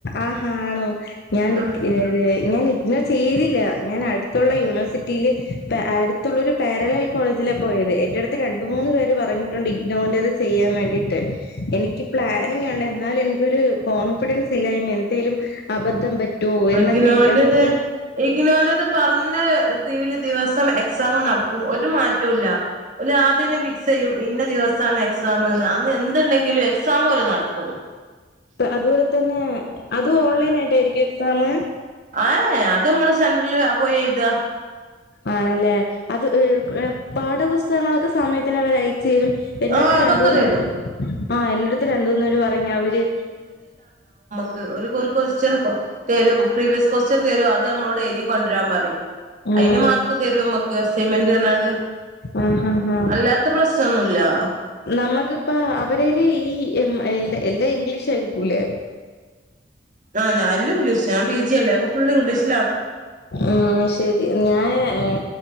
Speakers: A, on the left; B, on the right.
A: ആഹ ആണോ ഞാൻ ഡി
B: ആ
A: ഏ ഞാൻ ഇഗ്നോനൊ ചെയ്തില്ല ഞാൻ അടുത്തുള്ള യൂണിവേഴ്സിറ്റിയില് അടുത്തുള്ള ഒരു പാരലാൽ കോളേജില പോയത് എന്റെ അടുത്ത് രണ്ട മൂന്ന് പേര് പറഞ്ഞിട്ടുണ്ട് ഇഗ്നോന്റത് ചെയ്യാൻ വേണ്ടിയിട്ട് എനിക്ക് പ്ലാനിങ്ണ്ട് എന്നാലും എനിക്കൊരു കോൺഫിഡൻസ് ഇല്ലായ്മ എന്തേലും അബദ്ധം പറ്റുവോ എന്നൊക്കെ
B: ഇഗ്നോന്റത്
A: എനിക്ക് അതുപോലെ തന്നെ
B: ഇഗ്നോന്റത് പറഞ്ഞ ദിവസം എക്സാം നടക്കും ഒരു മാറ്റവുംല്ല ഓല് ആദ്യം തന്നെ ഫിക്സ് ചെയ്യും ഇന്ന ദിവസമാണ് എക്സാമന്ന് അന്ന് എന്ത്ണ്ടെങ്ക ക്സ് സാമോല് നടത്തും
A: അതുപോലെ തന്നെ അതും ഓൺലൈൻ ആയിട്ടായിരിക്കും സാമ്
B: ആ അത് മ്മള് സെൻട്രല് പോയ് എയ്താ
A: ആണല്ലേ എഹ് എഹ് പാഠപുസ്തകങ്ങളൊക്കെ സമയത്തിനവര ചീരും എന്റടുത്ത്
B: ആഹ് അതൊക്കെ
A: രണ്ടൂന്നവര്
B: തരും
A: ആ എന്റടുത്ത് രണ്ടു ഊന്നേര് പറഞ്ഞവര്
B: ക് ഒരു ഒരു കൊസ്റ്റന് പൊ തരും പ്രീവിയസ് കൊസ്റ്റ്യൻ തരു ആ അത് അമ്മളോടെഴുതി കൊണ്ട്രാൻ പറിം.
A: ഉം
B: അയിന് മാർക്ക് തരുംമ്മക്ക്. അസൈൻമെന്റ്ന്ർഞാണ്ട്
A: ആ ഹാ ഹാ
B: അല്ലാത്ത പ്രശ്നൊന്നൂ ലാ
A: നമ്മക്കിപ്പാ അവരേല് ഈ ഇമ് എ എന്റെ എന്റെ ഇംഗ്ലീഷ് ആയിരിക്കുലെ
B: ആ ഞാല്ലും ഇംഗ്ലീഷ ആ പി ജിയല്ലേ അപ്പ ഫുൾ ഇംഗ്ലീഷ്
A: ഉം ശരി ഞാന് ഏ